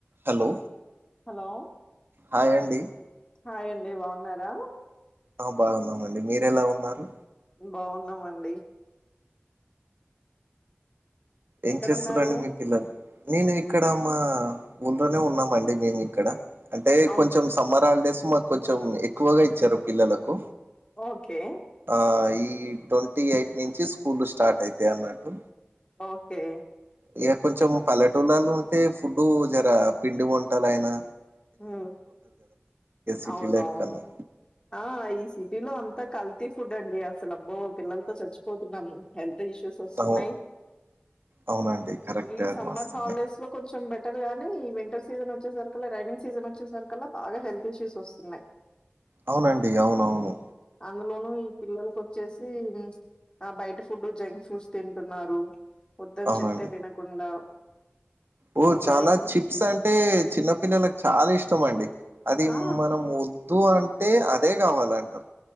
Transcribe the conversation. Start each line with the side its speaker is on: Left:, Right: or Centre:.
Right: హలో
Left: హలో
Right: హాయ్ అండి
Left: హాయండి బాగున్నారా
Right: ఆ బాగున్నామండి మీరెలా ఉన్నారు
Left: బాగున్నామండి
Right: ఏం
Left: ఎక్కడున్నారు
Right: చేస్తున్నారండి మీ పిల్లలు నేను ఇక్కడ మా ఊర్లోనే ఉన్నామండి మేము ఇక్కడ అంటే
Left: అవును
Right: కొంచెం సమ్మర్ హాలిడేస్ మా కొంచెం ఎక్కువగా ఇచ్చారు పిల్లలకు
Left: ఓకే
Right: ఆ ఈ ట్వంటీ ఎయిట్ నిం చి స్కూల్ స్టార్ట్ అయితే అన్నట్టు
Left: ఓకే
Right: ఇగ కొంచెం పల్లెటూళ్ళల ఉంటే ఫుడ్ జరా పిండి వంటలు ఆయినా
Left: ఊ
Right: సిటీ
Left: అవునవును
Right: లైఫ్ కన్నా
Left: ఆ ఈ సిటీలో అంతక్ కల్తీ ఫుడ్ అండి అసలు అబ్బో పిల్లలతో చచ్చిపోతున్నాము హెల్త్ ఇష్యూస్ వస్తున్నాయి
Right: అవు అవునండి కరెక్టే
Left: ఈ సమ్మర్
Right: వాస్తవమే
Left: హాలిడేస్ లో కొంచెం బె ఇంటర్ గాని ఈ వింటర్ సీజన్ వచ్చేసరికిలా రైనింగ్ సీజన్ వచ్చేసరికలా బాగా హెల్త్ ఇష్యూస్ వస్తున్నాయి
Right: అవునండి అవునవును
Left: అందులోను ఈ పిల్లలకొచ్చేసి ఆ బయట ఫుడ్డు జంక్ ఫుడ్స్ తింటున్నారు వద్దని
Right: అవునండి
Left: చెప్తే వినకుండా
Right: ఓ
Left: ఇంట్లో
Right: చాలా
Left: ఎన్ని
Right: చిప్స్ అంటే చిన్నపిల్లలకు చాలా ఇష్టం అండి అది
Left: ఆ!
Right: మనం ఒద్దు అంటే అదే కావాలంటరు.